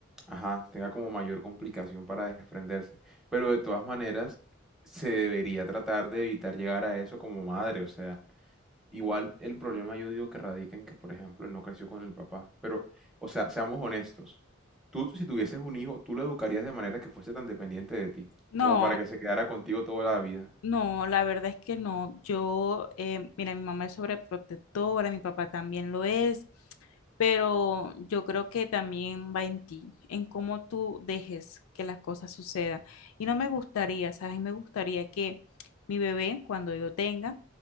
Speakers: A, in the centre; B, on the left.
A: ajá, tenga como mayor complicación para desprenderse. Pero de todas maneras, se debería tratar de evitar llegar a eso como madre. O sea, igual el problema yo digo que radica en que, por ejemplo, él no creció con el papá. Pero, o sea, seamos honestos. Tú, si tuvieses un hijo, tú lo educarías de manera que fuese tan dependiente de ti,
B: No,
A: como para que se quedara contigo toda la vida.
B: no, la verdad es que no. Yo, eh, mira, mi mamá es sobreprotectora, mi papá también lo es, pero yo creo que también va en ti, en cómo tú dejes que las cosas sucedan. Y no me gustaría, ¿sabes? Y Me gustaría que mi bebé, cuando yo tenga,